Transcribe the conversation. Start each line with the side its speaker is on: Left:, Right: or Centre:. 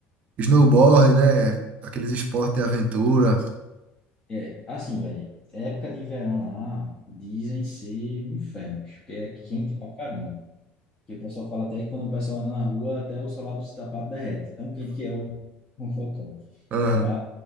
Right: snowboard, né? Aqueles esportes de aventura.
Left: É, assim, velho, época de verão lá dizem ser um inferno, bicho, porque é quente pra caramba. Que o pessoal fala até que quando o pessoal anda na rua, até o solado do sapato derrete. Tão quente que é o, <laughs> o local.
Right: Aham.
Left: Mas